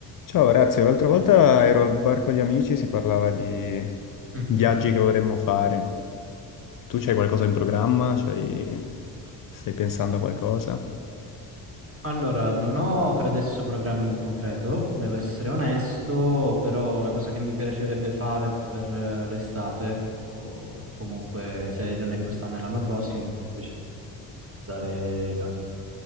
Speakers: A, on the left; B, on the right.
A: Ciao, grazie. L'altra volta ero al bar con gli amici e si parlava di
B: Mhm.
A: viaggi che vorremmo fare. Tu c'hai qualcosa in programma? C'hai- Stai pensando a qualcosa?
B: Allora, non ho per adesso programmi in concreto, devo essere onesto, però una cosa che mi piacerebbe fare per eh, l'estate, o comunque se non è quest'anno e l'anno prossimo, mi piace andare via